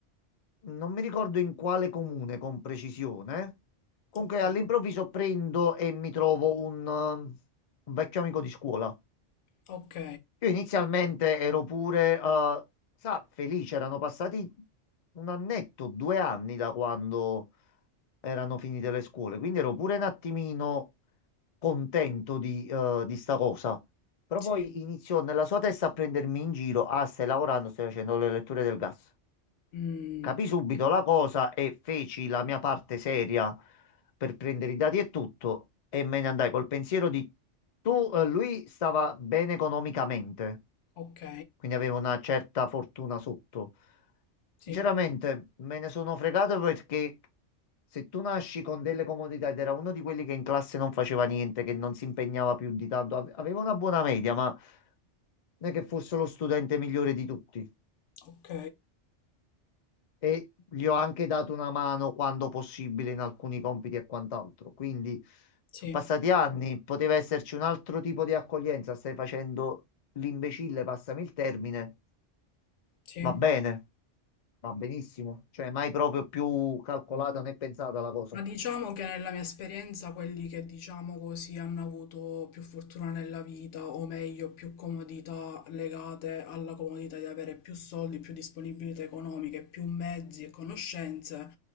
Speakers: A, on the left (about 50°); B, on the left (about 80°).
A: non mi ricordo in quale comune con precisione, comunque
B: ok,
A: all'improvviso prendo e mi trovo un, ehm, un vecchio amico di scuola.
B: ok,
A: Io inizialmente ero pure, eh, sa, felice, erano passati un annetto, due anni da quando erano finite le scuole, quindi ero pure un attimino contento di, eh, di sta cosa. Però
B: sì,
A: poi iniziò nella sua testa a prendermi in giro, ah, stai lavorando, stai facendo le letture del gas.
B: Mm.
A: Capì subito la cosa e feci la mia parte seria per prendere i dati e tutto e me ne andai col pensiero di tu, eh, lui stava bene economicamente
B: ok,
A: quindi avevo una certa fortuna sotto. Sinceramente,
B: sì,
A: me ne sono fregato perché se tu nasci con delle comodità ed era uno di quelli che in classe non faceva niente, che non si impegnava più di tanto, ave- aveva una buona media, ma non è che fosse lo studente migliore di tutti.
B: ok,
A: E gli ho anche dato una mano quando possibile in alcuni compiti e quant'altro. Quindi
B: sì,
A: sono passati anni, poteva esserci un altro tipo di accoglienza. Stai facendo l'imbecille, passami il termine,
B: sì.
A: va bene. Va benissimo, cioè mai proprio più calcolata né pensata la cosa.
B: Ma diciamo che nella mia esperienza quelli che diciamo così hanno avuto più fortuna nella vita, o meglio, più comodità legate alla comodità di avere più soldi, più disponibilità economiche, più mezzi e conoscenze,